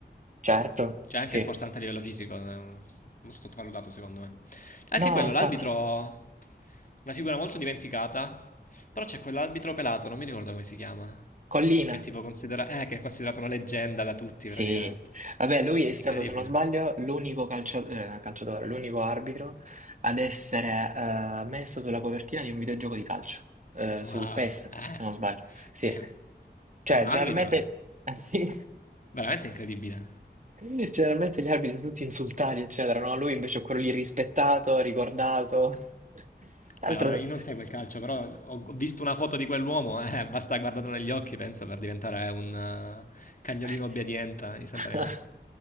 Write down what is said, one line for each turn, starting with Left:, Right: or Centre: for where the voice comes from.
Right: Certo,
Left: Cioè, anche
Right: sì.
Left: sforzante a livello fisico. eh, Molto sottovalutato, secondo me. Anche
Right: No,
Left: quello,
Right: infatti,
Left: l'arbitro. Una figura molto dimenticata. Però c'è quell'arbitro pelato, non mi ricordo come si chiama.
Right: Collina,
Left: Che è tipo considera- eh, che è considerato una leggenda da tutti,
Right: sì.
Left: praticamente.
Right: Vabbè, lui è stato,
Left: Incredibile.
Right: se non sbaglio, l'unico calcio- eh, calciatore, l'unico arbitro ad essere eh, messo sulla copertina di un videogioco di calcio, eh,
Left: Wow.
Right: su PES, se
Left: Eh.
Right: non sbaglio.
Left: <laughs>
Right: Sì.
Left: Beh,
Right: Cioè,
Left: Per un
Right: generalmente...
Left: arbitro è
Right: <laughs> Sì.
Left: veramente incredibile.
Right: Generalmente gli arbitri sono tutti insultati, eccetera, no? Lui invece è quello lì rispettato, ricordato. <laughs> Tra
Left: Beh,
Right: l'altro.
Left: ora io non seguo il calcio, però ho ho visto una foto di quell'uomo, <laughs> eh, basta guardarlo negli occhi, penso, per diventare un eh, cagnolino
Right: <laughs>
Left: obbediente istantaneamente.